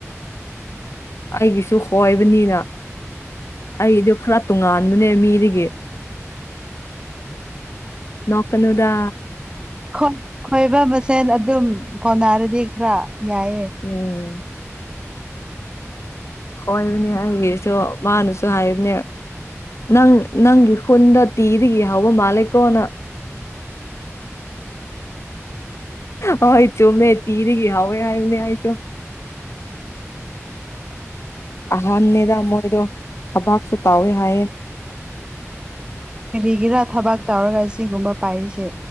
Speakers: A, on the left (about 60°); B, on the right (about 20°).
A: ꯑꯩꯒꯤꯁꯨ ꯍꯣꯏꯕꯅꯤꯅ ꯑꯩꯒꯤꯗꯨ ꯈꯔ ꯇꯣꯉꯥꯟꯕꯅꯦ ꯃꯤꯗꯒꯤ ꯅꯣꯀꯅꯗ
B: ꯣꯏ ꯈꯣꯏꯕ ꯃꯁꯦꯟ ꯑꯗꯨꯝ ꯄꯥꯎꯅꯥꯔꯗꯤ ꯈꯔ ꯌꯥꯏꯌꯦ
A: ꯎꯝ ꯍꯣꯏꯕꯅꯦ ꯑꯩꯒꯤꯁꯨ ꯃꯥꯅꯁꯨ ꯍꯥꯏꯕꯅꯦ ꯅꯪ ꯅꯪꯒꯤ ꯈꯨꯟꯗ ꯇꯤꯗꯒꯤ ꯍꯧꯕ ꯃꯥꯜꯂꯦꯀꯣꯅ ꯍꯣꯏ ꯆꯨꯝꯃꯦ ꯇꯤꯔꯤꯒ ꯍꯥꯎꯋꯦ ꯍꯥꯏꯎꯅꯦ ꯍꯥꯏꯁꯨ ꯑꯍꯥꯟꯕꯅꯦꯗ ꯃꯣꯏꯗꯣ ꯊꯕꯥꯛꯁꯨ ꯇꯥꯎꯋꯦ ꯍꯥꯏꯌꯦ
B: ꯀꯔꯤꯒꯤꯔꯥ ꯊꯕꯛ ꯇꯧꯔꯒ ꯁꯤꯒꯨꯝꯕ ꯄꯥꯏꯔꯤꯁꯦ